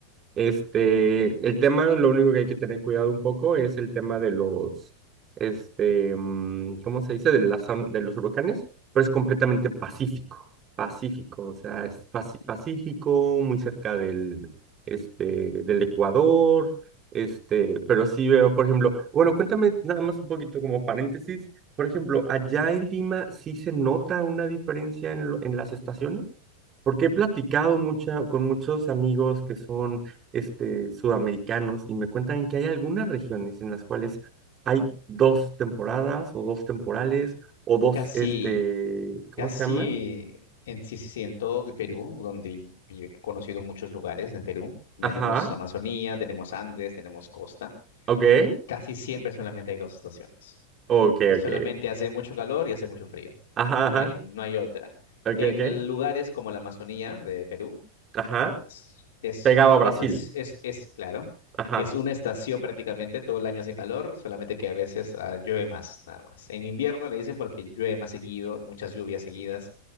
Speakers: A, on the right (about 25°); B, on the left (about 60°).
A: este, el tema, lo único que hay que tener cuidado un poco es el tema de los, este, mm, ¿cómo se dice? De las, on- de los huracanes, pero es completamente pacífico, pacífico, o sea, es paci- pacífico, muy cerca del, este, del Ecuador, este, pero sí veo, por ejemplo, bueno, cuéntame nada más un poquito como paréntesis, por ejemplo, allá en Lima sí se nota una diferencia en, lo- en las estaciones porque he platicado mucha, con muchos amigos que son este, sudamericanos y me cuentan que hay algunas regiones en las cuales hay dos temporadas o dos temporales o dos,
B: casi.
A: este, ¿cómo
B: Casi
A: se llama?
B: en, sí, sí, sí, en todo el Perú, donde yo he conocido muchos lugares en Perú, tenemos
A: Ajá,
B: Amazonía, tenemos Andes, tenemos costa,
A: ok,
B: casi siempre solamente hay dos estaciones.
A: ok,
B: Solamente
A: ok,
B: hace mucho calor y hace mucho frío.
A: ajá,
B: No
A: ajá,
B: hay, no hay otra.
A: ok,
B: En
A: ok,
B: lugares como la Amazonía de Perú,
A: ajá,
B: es, es
A: pegado
B: una
A: a Brasil,
B: estación, es, es claro,
A: ajá,
B: es una estación prácticamente, todo el año hace calor, solamente que a veces ah, llueve más, nada más. En invierno le dicen porque llueve más seguido, muchas lluvias seguidas